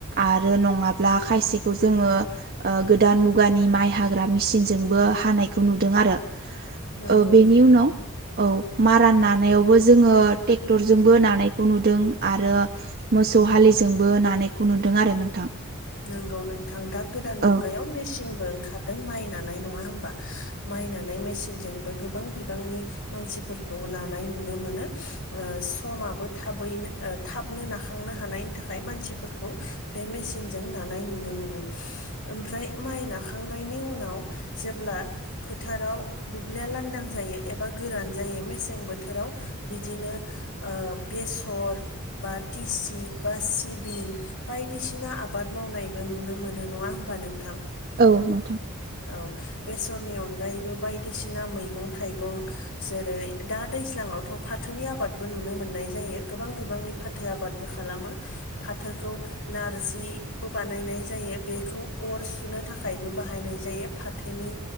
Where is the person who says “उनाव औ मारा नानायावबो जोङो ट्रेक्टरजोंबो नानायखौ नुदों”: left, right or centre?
Right